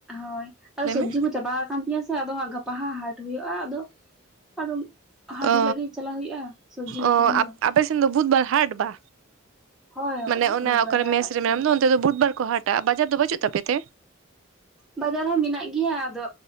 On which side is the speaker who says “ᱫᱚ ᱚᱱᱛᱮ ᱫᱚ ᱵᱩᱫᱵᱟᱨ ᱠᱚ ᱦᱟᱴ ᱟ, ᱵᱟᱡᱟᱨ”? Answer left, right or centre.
Right